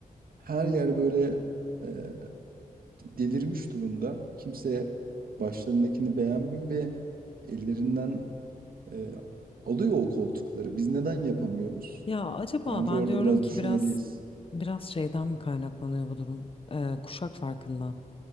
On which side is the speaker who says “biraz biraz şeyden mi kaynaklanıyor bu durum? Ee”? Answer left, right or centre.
Left